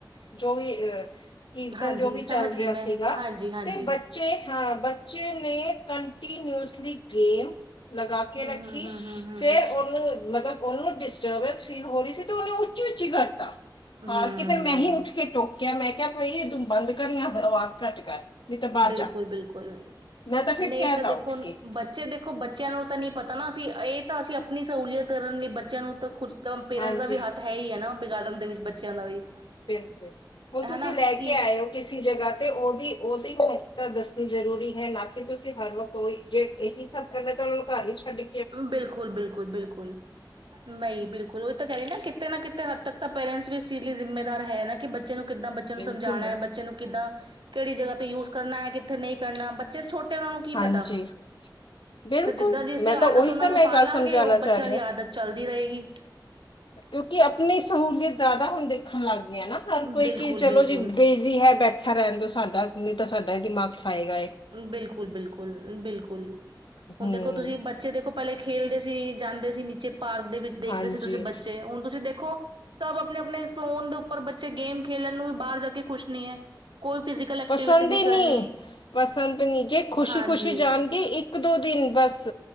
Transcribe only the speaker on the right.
ਹਾਂਜੀ
ਸਮਝ
ਗਈ ਮੈਂ
ਹਾਂਜੀ ਹਾਂਜੀ
ਹਮ
ਹਮ ਹਮ ਹਮ ਹਮ
ਹਮ
ਹਮ
ਬਿਲਕੁਲ
ਬਿਲਕੁਲ
ਨਹੀਂ
ਤਾਂ
ਦੇਖੋ
ਬ
ਬੱਚੇ ਦੇਖੋ ਬੱਚਿਆਂ ਨੂੰ ਤਾਂ ਨਹੀਂ ਪਤਾ ਨਾ ਅਸੀਂ ਇਹ ਤਾਂ ਅਸੀਂ ਆਪਣੀ ਸਹੂਲੀਅਤ ਕਰਨ ਲਈ ਬੱਚਿਆਂ ਨੂੰ ਤਾਂ ਕੁ ਪੇਰੈਂਟਸ
ਦਾ ਵੀ ਹੱਥ ਹੈ ਹੀ ਹੈ ਨਾ ਬਗਾਰਨ ਦੇ ਵਿੱਚ ਬੱਚਿਆਂ ਦਾ ਵੀ
ਹਨਾ
ਕਿ
ਬਿਲਕੁਲ ਬਿਲਕੁਲ ਬਿਲਕੁਲ ਬਈ ਬਿਲਕੁਲ ਉਹ ਇਹ ਤਾਂ ਕਹਿ ਰਹੀ ਨਾ ਕਿਤੇ ਨਾ ਕਿਤੇ ਹੱਦ ਤੱਕ ਤਾਂ ਪੇਰੈਂਟਸ ਵੀ ਇਸ ਚੀਜ਼ ਲਈ ਜ਼ਿੰਮੇਦਾਰ ਹੈ ਨਾ ਕਿ ਬੱਚੇ ਨੂੰ ਕਿੱਦਾ ਬੱਚੇ ਨੂੰ
ਸਮਝਾਨਾ ਬੱਚੇ ਨੂੰ ਕਿੱਦਾਂ ਕੇੜੀ ਜਗਾ ਤੇ ਯੂਜ ਕਰਨਾ, ਕਿੱਥੇ ਨਈ ਕਰਨਾ ਬੱਚੇ ਛੋਟੇ ਓਨਾਂ ਨੂੰ ਕੀ
ਪਤਾ
ਫੇਰ ਜਿੱਦਾ ਦੀ ਅਸੀ
ਆਦਤ
ਓਨਾਂ
ਨੂੰ
ਪਾਲਾਂਗੇ
ਓ ਬੱਚਾ
ਦੀ <unintelligible> ਚੱਲਦੀ ਰਏਗੀ
ਬਿਲਕੁਲ
ਬਿਲਕੁਲ
ਬਿਲਕੁਲ, ਬਿਲਕੁਲ, ਬਿਲਕੁਲ ਹੁਨ
ਦੇਖੋ ਤੁਸੀ ਬ ਬੱਚੇ ਦੇਖੋ ਪੈਲੇ ਖੇਲਦੇ ਸੀ, ਜਾਂਦੇ ਸੀ ਨੀਚੇ ਪਾਰਕ ਦੇ ਵਿੱਚ ਦੇਖਦੇ
ਸੀ ਤੁਸੀ ਬੱਚੇ, ਹੁਨ ਤੁਸੀ ਦੇਖੋ ਸਬ ਅਪਨੇ-ਅਪਨੇ ਫੋਨ ਦੇ ਉੱਪਰ ਬੱਚੇ ਗੇਮ ਖੇਲਨ ਨੂੰ ਵੀ ਬਾਰ ਜਾ ਕੇ ਖੁਸ਼ ਨੀ ਐ। ਕੋਈ ਫਿਜ਼ੀਕਲ ਐਕਟੀਵਿਟੀ
ਨੀ
ਕਰਨੀ
ਹਾਂਜੀ,